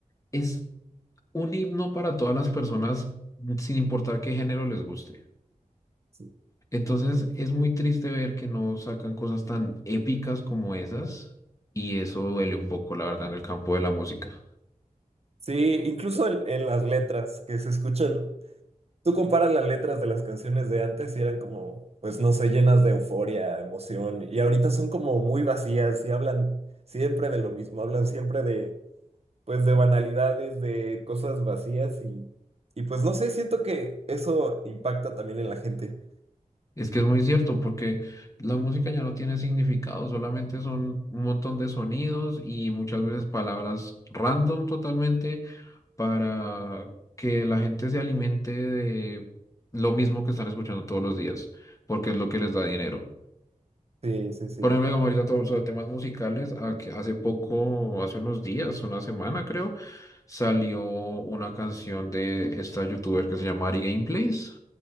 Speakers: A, on the left (about 25°); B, on the right (about 50°).
A: es un himno para todas las personas, sin importar qué género les guste.
B: Sí,
A: Entonces, es muy triste ver que no sacan cosas tan épicas como esas, y eso duele un poco, la verdad, en el campo de la música.
B: Sí, incluso en, en las letras que se escuchan. Tú comparas las letras de las canciones de antes y eran como, pues no sé, llenas de euforia, emoción, y ahorita son como muy vacías y hablan siempre de lo mismo, hablan siempre de pues de banalidades, de cosas vacías y, y pues no sé, siento que eso impacta también en la gente.
A: Es que es muy cierto, porque la música ya no tiene significado, solamente son un montón de sonidos y muchas veces palabras random totalmente para que la gente se alimente de lo mismo que están escuchando todos los días, porque es lo que les da dinero.
B: Sí, sí, sí.
A: Por ejemplo, digamos ahorita todo sobre temas musicales, a que hace poco, hace unos días, una semana creo, salió una canción de esta youtuber que se llama Ari Gameplays